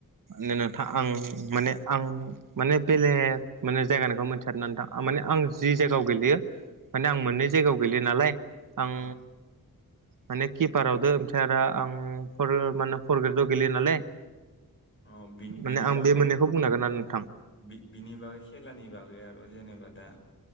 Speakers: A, on the right; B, on the left.
A: मे नोंथां आं माने आं माने बेलेग माने जायगानिखौ मिथिारथां माने आं जि जायगायाव गेलेयो माने आं मोननै जायगायाव गैयो नालाय आं
B: औ
A: माने किपारावदो ओमफ्राय आरोदा आं फ्र माने फर ग्रेडव गेलेयो नालाय
B: औ बि
A: माने
B: बिनि
A: आं
B: बागै
A: बे मोननैखौ बुंनो हागोन आरो नोंथां
B: बि बिनि बागै खेलानि बागै आरो जेनेबा दा